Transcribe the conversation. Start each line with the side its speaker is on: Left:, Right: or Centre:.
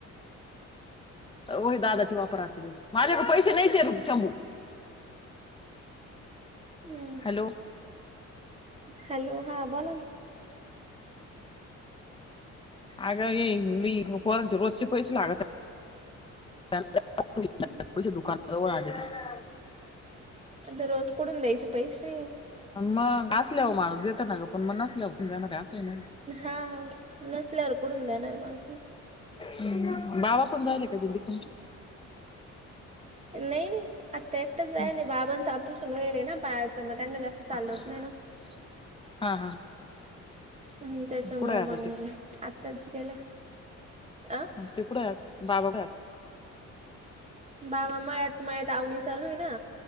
Left: वही दादाची वापर आच्या दिवस माझ्याकड पैशे नाहीचेय बग शंभू
Right: हम्म
Left: हॅलो
Right: हॅलो हा बोला ना
Left: अग <unintelligible> रोजचे पैसे लागत <unintelligible>
Right: दररोज कुटून द्यायचे पैशे
Left: मग असल्यावर माणूस देत ना ग पण मग नसल्यावर जाणार का असं ना
Right: हा नसल्यावर कुडून देणार मण
Left: हम् बाबा पण जायले का दिंडीत तुमची
Right: नाइ नाइ आता एकटाच जायले
Left: हं.
Right: बाबांच ऑपरेशन वायलय ना पायाचं म त्यांना जास्त चालवत
Left: हा.
Right: नाही ना
Left: हा.
Right: हम्. त्याच्यामुंळ
Left: कुठे आहे आता
Right: मग
Left: ते
Right: आत्ताच गेल्या. अ.
Left: ते कुटाय आता? बाबाकड हाय आता.
Right: बाबा मळ्यात मळ्यात आवनी चालूय हायना.